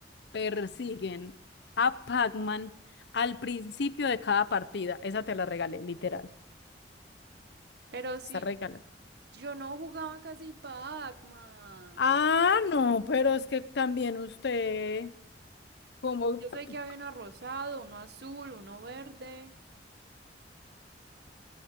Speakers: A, on the left; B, on the right.
A: persiguen a Pac-Man al principio de cada partida? Esa te la regalé, literal.
B: Pero si
A: está regala.
B: yo no jugaba casi Pac-Man.
A: Ah, no, pero es que también usted, como,
B: Yo
A: pero,
B: sé que había uno rosado, uno azul, uno verde.